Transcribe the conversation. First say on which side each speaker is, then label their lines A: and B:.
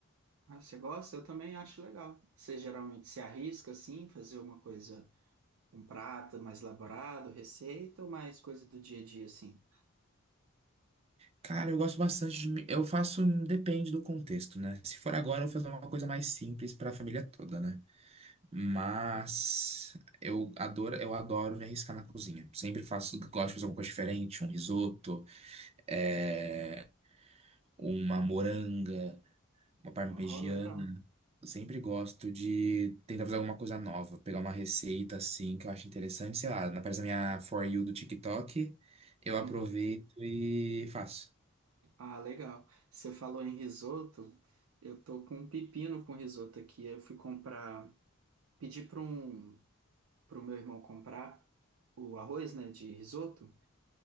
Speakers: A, on the right; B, on the right.
A: Ah, você gosta? Eu também acho legal. Você geralmente se arrisca assim, fazer uma coisa, um prato mais elaborado, receita ou mais coisa do dia a dia assim?
B: Cara, eu gosto bastante de. mi- Eu faço. Depende do contexto, né? Se for agora, eu vou fazer uma coisa mais simples pra família toda, né? Mas eu adoro, eu adoro me arriscar na cozinha. Sempre faço, gosto de fazer alguma coisa diferente, um risoto, é, uma moranga, uma parmegiana.
A: Oh, legal.
B: Eu sempre gosto de tentar fazer alguma coisa nova, pegar uma receita assim que eu acho interessante, sei lá, aparece na minha For You do TikTok, eu aproveito
A: Uhum.
B: e faço.
A: Ah, legal. Você falou em risoto. Eu tô com um pepino com risoto aqui. Eu fui comprar, pedi para um, para o meu irmão comprar o arroz, né, de risoto.